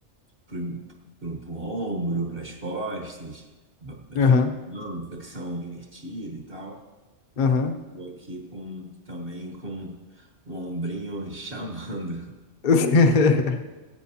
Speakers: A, on the right; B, on the left.
A: pro, pro, pro ombro, pras costas, ba- ba-
B: Aham,
A: flexão flexão invertida e tal.
B: aham.
A: Aí tô aqui com também com o ombrinho <laughs> chamando.
B: <laughs>